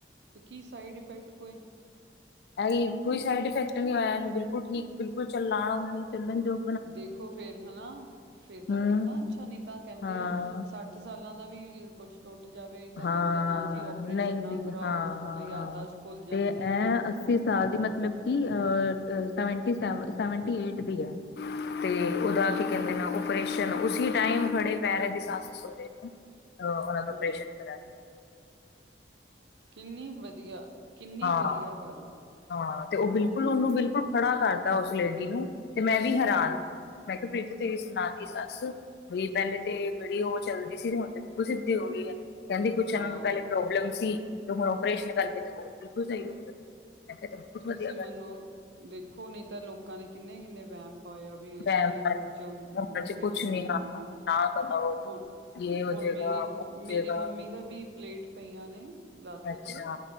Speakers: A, on the right; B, on the left.
A: ਤੇ ਕੀ ਸਾਈਡ ਇਫੈਕਟ ਕੋਈ।
B: ਐ ਕੋਈ ਸਾਈਡ ਇਫੈਕਟ ਨਹੀਂ ਹੋਇਆ ਬਿਲਕੁਲ ਠੀਕ, ਬਿਲਕੁਲ ਚੱਲਾਣਾ ਉਹ ਨੇ ਚੱਲਣ ਜੋ-
A: ਦੇਖੋ ਫੇਰ ਹਨਾ, ਫੇਰ ਤਾਂ
B: ਹੂੰ
A: ਕਿੰਨਾ ਅੱਛਾ ਨਹੀਂ ਤਾਂ ਕਹਿੰਦੇ
B: ਹਾਂ
A: ਆ ਸੱਟ ਸਾਲਾਂ ਦਾ ਵੀ ਕੁੱਛ ਟੁੱਟ ਜਾਵੇ ਤਾਂ
B: ਹਾਂ
A: ਕਹਿੰਦੇ ਨਾ ਜੀ ਓਪਰੇਸ਼ਨ
B: ਨਹੀਂ
A: ਨਾ
B: ਠੀਕ
A: ਕਰਾਓ
B: ਹਾਂ ਹਾਂ
A: ਯਾਦਾਸ਼
B: ਹਾਂ
A: ਭੁੱਲ ਜਾਂਦੀ
B: ਤੇ
A: ਆ ਇਹ ਹੂਣ
B: ਅੱਸੀ ਸਾਲ ਦੀ ਮਤਲਬ ਕਿ ਸਵ
A: ਹੂੰ,
B: ਸੈਵਨਟੀ ਏਟ ਦੀ ਆ ਤੇ ਉਹਦਾ ਕੀ
A: ਵੀ
B: ਕਹਿੰਦੇ
A: ਹੁਣ
B: ਨੇ ਓਪਰੇਸ਼ਨ ਉਸੀ ਟਾਈਮ ਖੜੇ ਪੈਰੇ ਦੇ ਸਾਸਿਸ ਹੋਦੇ ਨੇ ਅ ਉਹਨਾਂ ਦਾ
A: ਹੂੰ,
B: ਪੇਸ਼ਨ ਕਰਾ
A: ਕਿੰਨੀ ਵਧੀਆ, ਕਿੰਨੀ
B: ਹਾਂ
A: ਵਧੀਆ ਗੱਲ ਆ।
B: ਹਾਂ ਤੇ ਉਹ ਬਿਲਕੁਲ ਉਹਨੂੰ ਬਿਲਕੁਲ ਖੜਾ ਕਰਦਾ ਉਸ ਲੇਡੀ ਨੂੰ ਤੇ ਮੈਂ ਵੀ ਹੈਰਾਨ
A: ਹਾਂ,
B: ਮੈਂ ਕਿਹਾ ਪ੍ਰੀਤੀ ਤੇਰੀ ਸੁਣਾਦੀ ਸੱਸ। ਬਈ ਪਹਿਲੇ ਤੇ ਬੜੀ ਉਹ ਚੱਲਦੀ ਸੀ ਤੇ ਹੁਣ ਬਿਲਕੁਲ ਸਿੱਧੀ ਹੋ ਗਈ ਆ। ਕਹਿੰਦੀ ਪੁੱਛਣ
A: ਹਾਂ,
B: ਉਹ ਨੂੰ ਪਹਿਲੇ ਪ੍ਰੋਬਲਮ ਸੀ ਤੇ ਹੁਣ ਓਪਰੇਸ਼ਨ ਕਰਕੇ
A: ਹਾਂ,
B: ਤੇ ਹੋ ਬਿਲਕੁਲ ਸਹੀ <unintelligible>
A: ਤੁਸੀਂ ਮੈਨੂੰ
B: ਗੱਲ
A: ਦੇਖੋ, ਨਹੀਂ ਤਾਂ ਲੋਕਾਂ ਨੇ ਕਿੰਨੇ-ਕਿੰਨੇ ਵਹਿਮ ਪਾਇਆ ਵੀ ਇੰਨੀ
B: ਵਹਿਮ
A: ਉਮਰ ਚ
B: ਉਮਰ
A: ਓਪਰੇਸ਼ਨ
B: ਚ ਕੁਛ ਨੀ
A: ਨਹੀਂ,
B: ਹਾਂ ਨਾ ਕਰਾਓ
A: ਹੁਣ
B: ਯੇ ਹੋ
A: ਹੁਣ
B: ਜਾਏਗਾ
A: ਮੇਰੀ,
B: ਉਹ ਹੋ
A: ਮੇਰੀ
B: ਜਾਏਗਾ
A: ਮੰਮੀ ਦਾ ਵੀ ਪਲੇਟ ਪਈਆਂ ਨੇ ਲੱਤ
B: ਅੱਛਾ
A: ਚ,